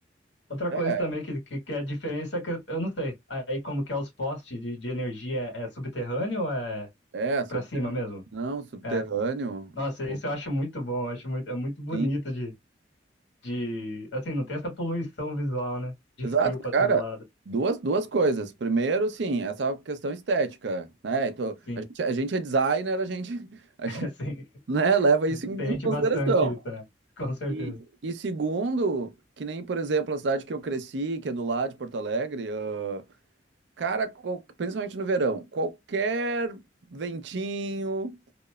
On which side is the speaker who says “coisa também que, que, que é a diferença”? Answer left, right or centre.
Left